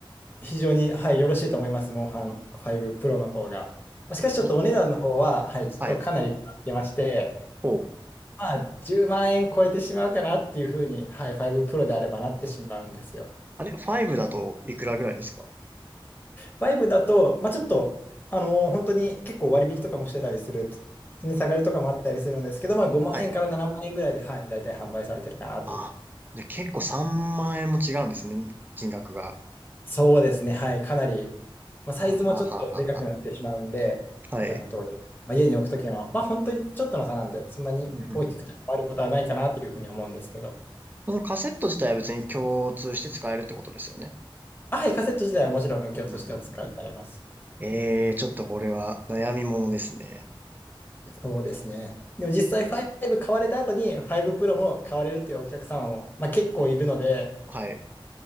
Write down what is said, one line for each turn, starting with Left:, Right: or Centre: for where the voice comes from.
Left: 非常に、はい、よろしいと思います、モンハン5プロの方が。まあしかし、ちょっとお値段の方は、
Right: え
Left: はい、ちょっとかなり変わってまして、
Right: はい。ほう。
Left: まあ、10万円超えてしまうかなっていうふうに、はい、ファイブプロであればなってしまうんですよ。
Right: あれ、5だといくらぐらいですか
Left: ファイブだと、まあ、ちょっと、あのー本当に結構割引とかもしてたりする値下がりとかもあったりするんですけど、まあ、5万円から7万円ぐらいで、
Right: はい。
Left: はい、大体販売されてるかなという。
Right: あ、で、結構3万円も違うんですね、金額が。
Left: そうですね、はい、かなり、まあ、
Right: はあ、
Left: サイズもちょっとでかくなってしまうんで、
Right: はあはあはあは
Left: こちらの通り、
Right: あ、はい。
Left: まあ、家に置くときは、まあ、本当にちょっとの差なんで、そんなに大きくて困ることはないかなというふうに思うんですけど、
Right: <laughs> うんうんうんそのカセット自体は別に共通して使えるってことですよね。
Left: あはい、カセット自体はもちろん共通してお使いになれます。
Right: <laughs> うんうんうんえー、ちょっとこれは悩みものですね。
Left: そうですね。でも実際5買われた後に5プロも買われるというお客様も、まあ、結構いるので、
Right: はい。